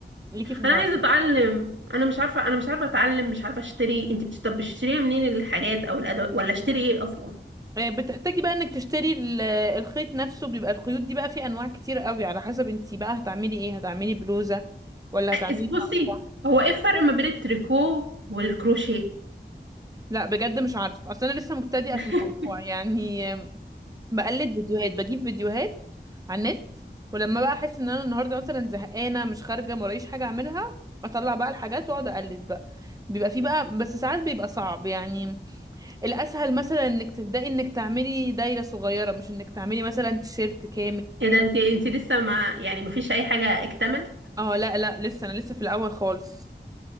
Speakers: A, on the right; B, on the right.
A: ليكي في الموضوع
B: انا عايزه اتعلم انا مش عارفه انا مش عارفه اتعلم مش عارفه اشتري انت بت- طب بتشتريها منين الحاجات او الادوات ولا اشتري ايه اصلا
A: آه، بتحتاجي بقى انك تشتري ال- الخيط نفسه بيبقى الخيوط دي بقى في انواع كتير قوي على حسب انتي بقى هتعملي ايه هتعملي بلوزة ولا هتعملي
B: أ- بصي
A: شنطة
B: هو ايه الفرق ما بين التريكو والكروشيه
A: لا بجد مش عارفة اصل انا لسه مبتدئة
B: <laughs>
A: في الموضوع يعني بقلد فيديوهات بجيب فيديوهات على النت ولما بقى احس ان انا النهارده مثلا زهقانه مش خارجه مرايش حاجه اعملها اطلع بقى الحاجات واقعد اقلد بقى بيبقى في بقى بس ساعات بيبقى صعب يعني الاسهل مثلا انك تبداي انك تعملي دايره صغيره مش انك تعملي مثلا تيشيرت كامل
B: ايه ده انت انت لسه ما يعني ما فيش اي حاجه اكتملت
A: اه لا لا لسه انا لسه في الاول خالص